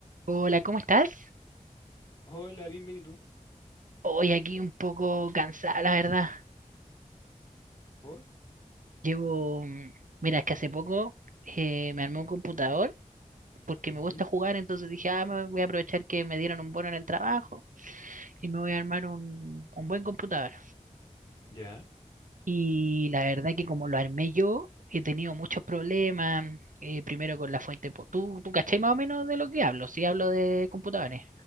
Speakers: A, on the right; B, on the left.
A: Hola, ¿cómo estás?
B: Hola, bienvenido.
A: Hoy aquí un poco cansada, la verdad.
B: ¿Por?
A: Llevo, mm, mira, es que hace poco eh, me armé un computador porque me
B: Ujú,
A: gusta jugar, entonces dije, ah, me voy a aprovechar que me dieron un bono en el trabajo y me voy a armar un, un buen computador.
B: Ya.
A: Y la verdad que como lo armé yo, he tenido muchos problemas, eh, primero con la fuente, po- ¿tú, tú cachai más o menos de lo que hablo? Sí, hablo de computadores.